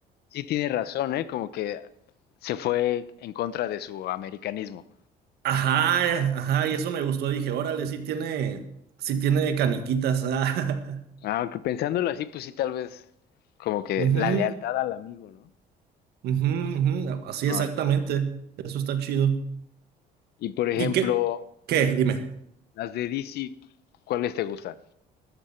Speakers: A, on the left (about 70°); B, on the right (about 70°).
A: sí tiene razón, ¿eh? Como que se fue en contra de su americanismo.
B: Ajá, eh, ajá, y eso me gustó. Dije, órale, sí tiene, sí tiene caniquitas. ah.
A: Aunque pensándolo así, pues sí, tal vez como que
B: <laughs> Ujú,
A: la lealtad al amigo, ¿no?
B: ujú, ujú, Así
A: Ah,
B: exactamente.
A: ok.
B: Eso está chido.
A: Y por ejemplo,
B: ¿Y qué? ¿Qué? Dime.
A: las de DC, ¿cuáles te gustan?